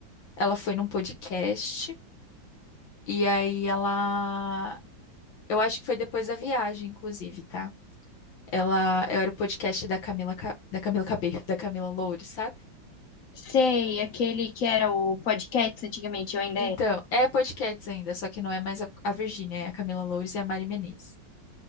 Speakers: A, on the left (about 85°); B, on the left (about 55°).
A: ela foi num podcast e aí ela, eu acho que foi depois da viagem, inclusive, tá? Ela era o podcast da Camila, Ca- da Camila Cabello, da Camila Loures, sabe?
B: Sei, aquele que era o podcast antigamente, ou ainda
A: Então,
B: é.
A: é podcast ainda, só que não é mais a, a Virgínia, é a Camila Loures e a Mari Menezes.